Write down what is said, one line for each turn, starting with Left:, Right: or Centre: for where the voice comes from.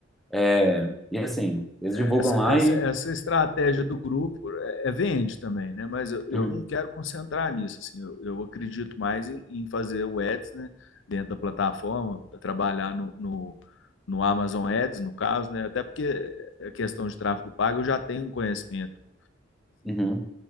Centre: É, e assim, eles
Left: Essa,
Centre: divulgam lá
Left: essa,
Centre: e.
Left: essa estratégia do grupo é, é vende também, né? Mas eu, eu
Centre: Uhum,
Left: não quero concentrar nisso. Assim, eu, eu acredito mais em, em fazer o Ads né, dentro da plataforma, trabalhar no, no, no Amazon Ads, no caso, né? Até porque a questão de tráfego pago eu já tenho um conhecimentozinho
Centre: uhum,